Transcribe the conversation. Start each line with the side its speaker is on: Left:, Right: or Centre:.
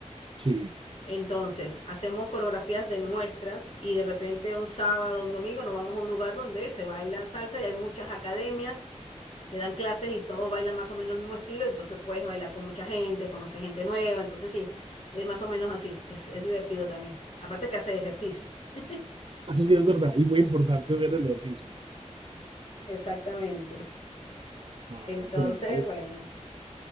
Right: Sí.
Left: Entonces, hacemos coreografías de nuestras y de repente un sábado, un domingo, nos vamos a un lugar donde se baila salsa y hay muchas academias que dan clases y todos bailan más o menos el mismo estilo, entonces puedes bailar con mucha gente, conoces gente nueva, entonces sí, es más o menos así, es, es divertido también. Aparte que hace ejercicio. <laughs>
Right: Eso sí es verdad, y muy importante hacer el ejercicio.
Left: Exactamente.
Right: Ah,
Left: Entonces,
Right: pero no.
Left: bueno.